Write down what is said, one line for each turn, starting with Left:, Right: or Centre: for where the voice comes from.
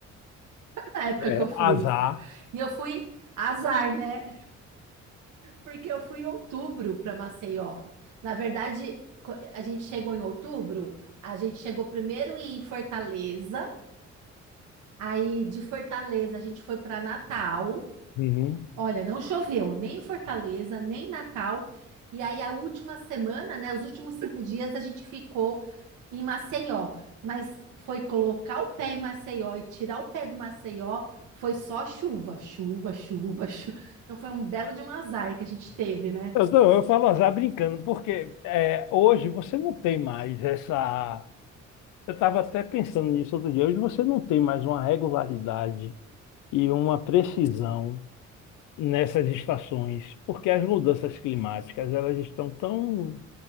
Right: na época
Left: É,
Right: que eu fui.
Left: azar.
Right: E eu fui azar, né? Porque eu fui em outubro para Maceió. Na verdade, co- a gente chegou em outubro, a gente chegou primeiro em Fortaleza, aí de Fortaleza a gente foi para Natal,
Left: Uhum.
Right: Olha, não choveu nem em Fortaleza, nem em Natal. E aí, a última semana, né? Os últimos cinco dias, a gente ficou em Maceió. Mas foi colocar o pé em Maceió e tirar o pé do Maceió, foi só chuva, chuva, chuva, chuva. Então, foi um belo de um azar que a gente teve, né?
Left: Eu, não, eu falo azar brincando, porque é, hoje você não tem mais essa. Eu estava até pensando nisso outro dia. Hoje você não tem mais uma regularidade e uma precisão nessas estações, porque as mudanças climáticas elas estão tão